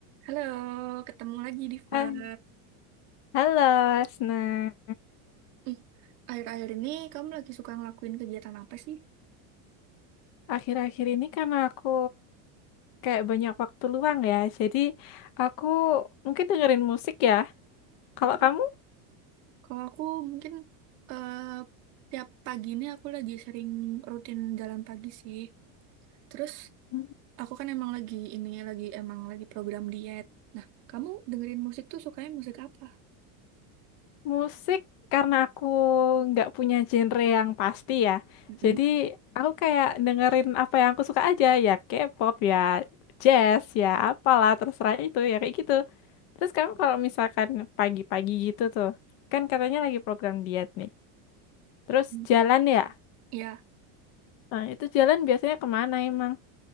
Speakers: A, on the right (about 35°); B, on the left (about 35°).
A: Halo, ketemu lagi di Fun.
B: Ha- Halo, Asna.
A: Hmm, akhir-akhir ini kamu lagi suka ngelakuin kegiatan apa sih?
B: Akhir-akhir ini karena aku kayak banyak waktu luang ya, jadi aku mungkin dengerin musik ya. Kalau
A: mm
B: kamu
A: Kalau aku mungkin eh, tiap pagi ini aku lagi sering rutin jalan pagi sih. Terus
B: Hmm.
A: aku kan emang lagi ini lagi emang lagi program diet. Nah, kamu dengerin musik tuh sukanya musik apa?
B: musik karena aku nggak punya genre yang pasti ya,
A: Mm-mm.
B: jadi aku kayak dengerin apa yang aku suka aja ya, K-pop ya, jazz ya, apalah terserah itu ya kayak gitu. Terus kamu kalau misalkan pagi-pagi gitu tuh, kan katanya lagi program diet nih, terus
A: Hmm.
B: jalan ya.
A: Ya,
B: Nah, itu jalan biasanya kemana emang?